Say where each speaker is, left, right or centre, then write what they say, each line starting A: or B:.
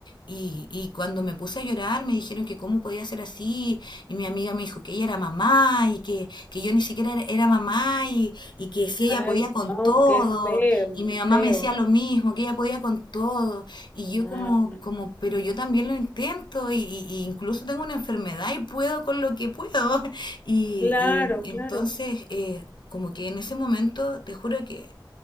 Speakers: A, on the left; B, on the left.
A: Y, y, cuando me puse a llorar me dijeron que cómo podía ser así y mi amiga me dijo que ella era mamá y que, que yo ni siquiera era, era mamá y, y, que si ella
B: Ay,
A: podía con
B: no,
A: todo
B: qué feo,
A: y mi
B: qué
A: mamá
B: feo.
A: me decía lo mismo, que ella podía con todo y yo
B: No,
A: como,
B: no.
A: como pero yo también lo intento y, y y incluso tengo una enfermedad y puedo con lo que puedo <laughs> y,
B: Claro,
A: y en- entonces
B: claro,
A: eh, como que en ese momento, te juro que